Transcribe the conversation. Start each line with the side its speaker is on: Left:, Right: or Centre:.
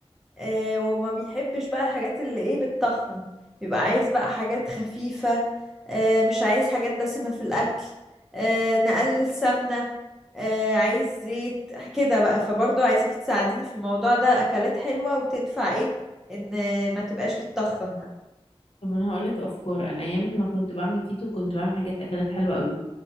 Centre: آه وما بيحبش بقى الحاجات اللي ايه بتتخن بيبقى عايز بقى حاجات خفيفة آه مش عايز حاجات دسمة في الاكل آه نقلل سمنة آه عايز زيت كده بقى فبرضو عايزاكي تساعديني في الموضوع ده اكلات حلوة وتنفع ايه ان ما تبقاش بتتخن
Left: طب انا هقول لك افكار انا ايام ما كنت بعمل كيتو كنت بعمل حاجات اكلات حلوه قوي